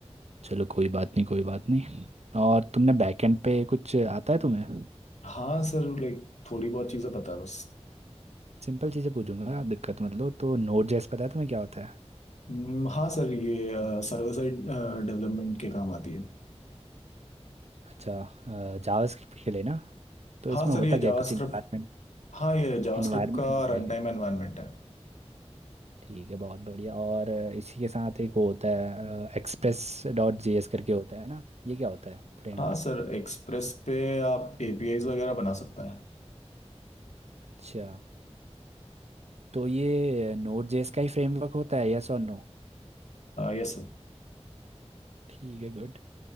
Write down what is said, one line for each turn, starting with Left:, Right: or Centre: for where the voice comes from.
Right: चलो कोई बात नहीं कोई बात नहीं और तुमने बैकएंड पे कुछ आता है तुम्हें
Left: हाँ सर लाइक थोड़ी बहुत चीज़ें पता है बस
Right: सिंपल चीज़ें पूछूंगा दिक्कत मत लो तो नोड जेएस पता है तुम्हें क्या होता है
Left: हम्म, हाँ सर ये सर्वर साइड डेवलपमेंट के काम आती है
Right: अच्छा जावास्क्रिप्ट के लिए ना तो
Left: हाँ
Right: इसमें
Left: सर
Right: होता
Left: ये
Right: क्या
Left: जावास्क्रिप्ट
Right: है कुछ इन्वायरमेंट
Left: हाँ ये जावास्क्रिप्ट
Right: इन्वायरमेंट
Left: का
Right: बनता
Left: रन
Right: है क्या
Left: टाइम एनवायरनमेंट है
Right: ठीक है बहुत बढ़िया और अ, इसी के साथ एक वो होता है एक्सप्रेस डॉट जे एस करके होता है ना ये क्या होता है फ्रेमवर्क
Left: हाँ सर एक्सप्रेस पे आप एपीआईज वगैरह बना सकते हैं
Right: अच्छा तो ये नोड जेएस का ही फ्रेमवर्क होता है यस और नो
Left: Yes
Right: ठीक है गुड